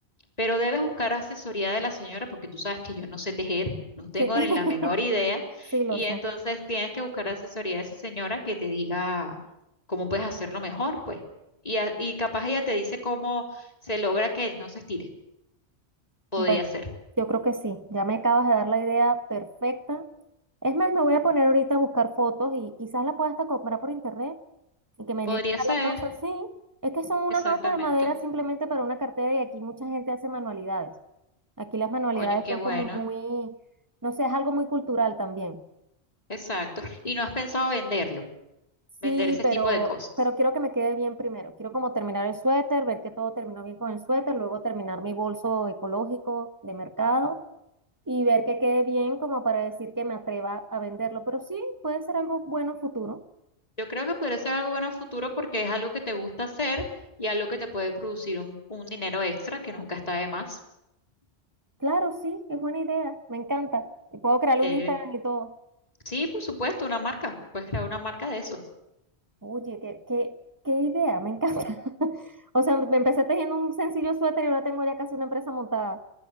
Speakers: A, on the left; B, on the right.
A: Pero debes buscar asesoría de la señora porque tú sabes que yo no sé tejer, no tengo
B: Sí, <laughs>
A: ni la menor idea.
B: sí, lo
A: Y
B: sé.
A: entonces tienes que buscar asesoría de esa señora que te diga cómo puedes hacerlo mejor, pues. Y, a- y capaz ella te dice cómo se logra que él no se estire. Podría
B: Bueno,
A: ser.
B: yo creo que sí, ya me acabas de dar la idea perfecta. Es más, me voy a poner ahorita a buscar fotos y quizás la pueda hasta comprar por internet y que me
A: Podría
B: llegue a
A: ser,
B: la casa. Sí, es que son unas
A: exactamente.
B: asas de madera simplemente para una cartera y aquí mucha gente hace manualidades. Aquí las manualidades
A: Oye, qué
B: son
A: bueno.
B: como muy, no sé, es algo muy cultural también.
A: Exacto. Y no has pensado venderlo,
B: Sí,
A: vender ese
B: pero,
A: tipo de cosas.
B: pero quiero que me quede bien primero. Quiero como terminar el suéter, ver que todo terminó bien con el suéter, luego terminar mi bolso ecológico de mercado. y ver que quede bien como para decir que me atreva a venderlo. Pero sí, puede ser algo bueno futuro.
A: Yo creo que podría ser algo bueno a futuro porque es algo que te gusta hacer y algo que te puede producir un, un dinero extra que nunca está de más.
B: Claro, sí, es buena idea, me encanta. Y puedo crearle
A: Eh,
B: un Instagram y todo.
A: sí, por supuesto, una marca. Puedes crear una marca de eso.
B: Oye, qué, qué, qué idea, me encanta. <laughs> O sea, me empecé tejiendo un sencillo suéter y ahora tengo ya casi una empresa montada.